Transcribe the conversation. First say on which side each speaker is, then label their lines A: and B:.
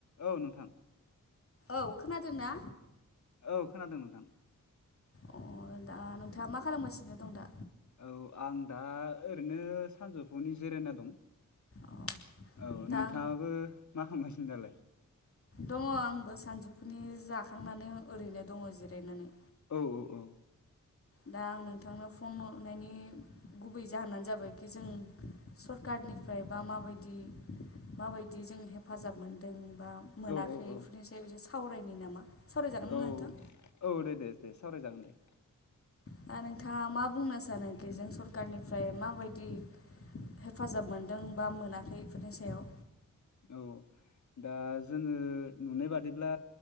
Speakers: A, on the left; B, on the left.
A: औ नोंथां
B: औ खोनादों ना?
A: औ खोनादों नोंथां
B: अ दा नोंथाङा मा खालामगासिनो दं दा?
A: औ आं दा ओरैनो सानजौफुनि जिरायना दं।
B: अ
A: औ
B: दा
A: नोंथांङाबो
B: आं
A: मा खालामगासिनो दालाय?
B: दंङ आंबो सानजौफुनि जाखांनानै ओरैनो दंङ जिरायनानै
A: औ औ
B: दा आं नोंथांनो फन हरनायनि गुबै जाहोनानो जाबायखि जों सरकार निफ्राय बा माबायदि माबायदि जों हेफाजाब मोनदों बा मोनाखै?
A: औ औ
B: बेफोरनिस एसे सावरायनो नामा? सावरायजागोन
A: औ
B: ना नोंथां
A: औ दे दे दे सावरायजागोन दा
B: दा नोंथाङा मा बुंनो सानो खिजों सरखारनिफ्राय माबायदि हेफाजाब मोनदों बा मोनाखै बेफोरनि सायाव
A: औ दा जोंङो नुनाय बादिब्ला